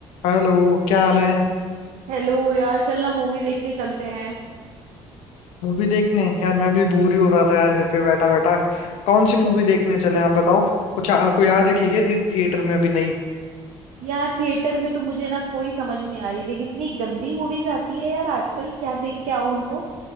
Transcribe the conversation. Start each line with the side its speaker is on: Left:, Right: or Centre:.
Left: Hello क्या हाल
Right: हे-
Left: है
Right: hello यार चलना movie देखने चलते हैं
Left: मूवी देखने यार मैं भी बोर ही हो रहा था यार घर पे बैठा बैठा कौन सी मूवी देखने चले आप बताओ कुछ आ, कोई याद रखी क्या थी थिएटर में अभी नहीं
Right: यार थिएटर में तो मुझे ना कोई समझ नहीं आ रही देख इतनी गंदी मूवीज आती है यार आजकल क्या देख के आओ उनको